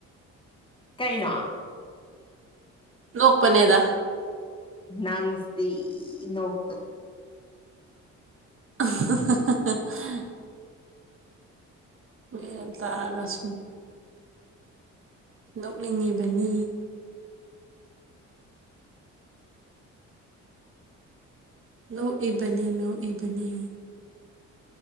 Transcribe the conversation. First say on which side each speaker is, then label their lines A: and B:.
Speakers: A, on the left (about 15°); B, on the right (about 45°).
A: ꯀꯩꯅꯣ
B: ꯂꯣꯛꯄꯅꯦꯗ
A: ꯅꯪꯁꯤ ꯅꯣꯛꯇꯨ
B: <unintelligible> ꯃꯌꯥꯝ ꯇꯥꯔꯒ ꯁꯨꯝ ꯅꯣꯛꯅꯤꯡꯉꯤꯕꯅꯤ꯫ ꯅꯣ ꯏꯕꯅꯤ ꯅꯣ ꯏꯕꯅꯤ꯫